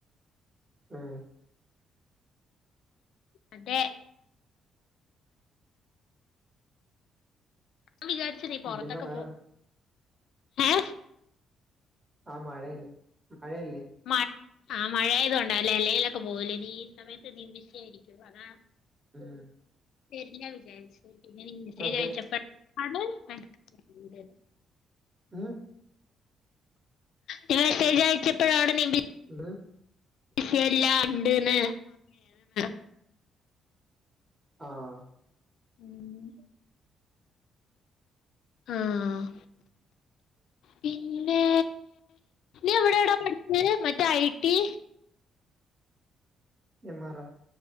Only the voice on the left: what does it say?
അതെ ഞാൻ വിചാരിച്ച് നീ പൊറത്തൊക്കെ
പോ ഏ
മഴ് ആഹ് മഴ ആയതു കൊണ്ട അല്ലേ അല്ലേലക്കെ പോവൊല്ലേ നീ ഈ സമയത്ത് നീ ബിസിയാരി ഇരുവതാ
വെരില്ല വിചാരിച്ചു പിന്നെ നീ മെസ്സേജ്
അയച്ചപ്പോ ആണ് <unintelligible>
ഞാൻ മെസ്സേജ് അയച്ചപ്പഴാണ് നീ ബി
ക്ഷെ എല്ലാ ഇണ്ട്ന്ന് <unintelligible>
ഉം ആഹ് പിന്നെ നീ എവിടേടാ പഠിച്ചത് മറ്റേ I T